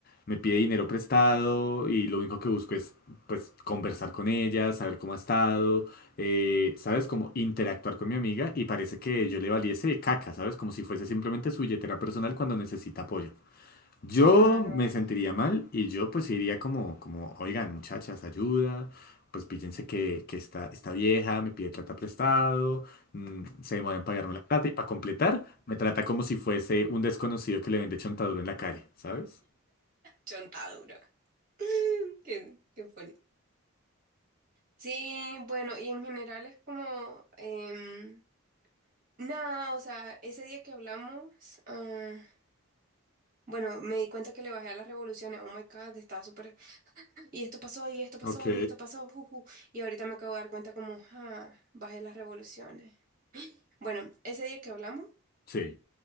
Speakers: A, on the left; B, on the right.
A: me pide dinero prestado y lo único que busco es, pues, conversar con ella, saber cómo ha estado eh, ¿sabes? Como interactuar con mi amiga y parece que yo le valiese caca, ¿sabes? Como si fuese simplemente su billetera personal cuando necesita apoyo. Yo
B: Claro,
A: me sentiría mal y yo pues iría como, como, oigan, muchachas, ayuda, pues píllense que, que esta, esta vieja me pide plata prestado, mm, se demora en pagarme la plata y para completar me trata como si fuese un desconocido que le vende chontaduro en la calle, ¿sabes?
B: chontadura. <laughs> Qué, qué funny. Sí, bueno, y en general es como, em, nada, o sea, ese día que hablamos, ah, bueno, me di cuenta que le bajé a las revoluciones, oh my God, estaba súper, y esto pasó, y esto pasó,
A: Ok,
B: y esto pasó, juju, y ahorita me acabo de dar cuenta como, ah, bajé las revoluciones. Bueno, ese día que hablamos,
A: sí,